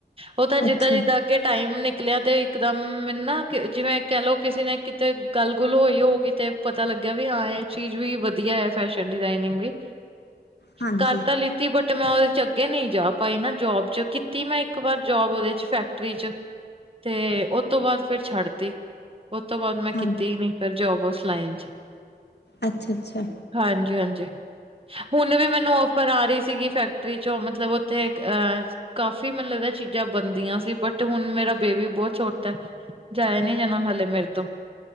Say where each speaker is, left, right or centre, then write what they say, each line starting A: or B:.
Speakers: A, on the right; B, on the left.
A: ਉਹ ਤਾਂ ਜਿੱਦਾਂ
B: ਅੱਛਾ
A: ਜਿਦਾਂ ਅੱਗੇ ਟਾਈਮ ਨਿਕਲਿਆ ਤੇ ਇਕਦਮ ਮੈਨੂੰ ਨਾ ਜਿਵੇਂ ਕਹਿਲੋ ਕਿਸੇ ਨੇ ਤੇ ਗੱਲ ਗੁੱਲ ਹੋਈ ਹੋਉਗੀ ਤੇ ਪਤਾ ਲੱਗਿਆ ਵੀ ਹਾਂ ਇਹ ਚੀਜ਼ ਵੀ ਵਧੀਆ ਹੈ ਫੈਸ਼ਨ ਡਿਜ਼ਾਇਨਿੰਗ ਵੀ
B: ਹਾਂਜੀ
A: ਕਰ ਤਾ ਲਿ ਲਿਤੀ ਬਟ ਮੈਂ ਉਹਦੇ ਚ ਅੱਗੇ ਨਹੀਂ ਜਾ ਪਾਈ ਨਾ ਜੋਬ ਚ ਕੀਤੀ ਮੈਂ ਇੱਕ ਵਾਰ ਜੋਬ ਉਹਦੇ ਚ ਫੈਕਟਰੀ ਚ ਤੇ ਉਹ ਤੋਂ ਬਾਅਦ ਫੇਰ ਛੱਡ ਤੀ ਉਹ ਤੋਂ ਬਾਅਦ ਮੈਂ
B: ਹਾਂਜੀ
A: ਕੀਤੀ ਹੀ ਨਹੀਂ ਫਿਰ ਜੋਬ ਉਸ ਲਾਈਨ 'ਚ
B: ਅੱਛਾ ਅੱਛਾ
A: ਹਾਂਜੀ ਹਾਂਜੀ ਹੁਣ ਵੀ ਮੈਨੂੰ ਫਰਾਰੀ ਸੀਗੀ ਫੈਕਟਰੀ ਚੋਂ ਮਤਲਬ ਉੱਥੇ ਇਕ ਅਹ ਕਾਫ਼ੀ ਮੈਨੂੰ ਲੱਗਦਾ ਚੀਜ਼ਾਂ ਬਣਦੀਆਂ ਸੀ ਬਟ ਹੁਣ ਮੇਰਾ ਬੇਬੀ ਬਹੁਤ ਛੋਟਾ ਜਾਇਆ ਨਹੀਂ ਜਾਣਾ ਹਾਲੇ ਮੇਰੇ ਤੋਂ